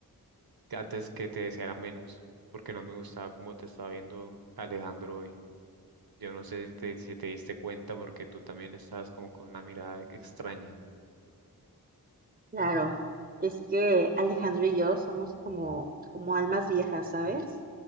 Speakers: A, on the right; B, on the right.
A: que antes que te deseara menos, porque no me gustaba cómo te estaba viendo Alejandro hoy. Yo no sé si te, si te diste cuenta porque tú también estabas como con una mirada extraña.
B: Claro, es que Alejandro y yo somos como, como almas viejas, ¿sabes?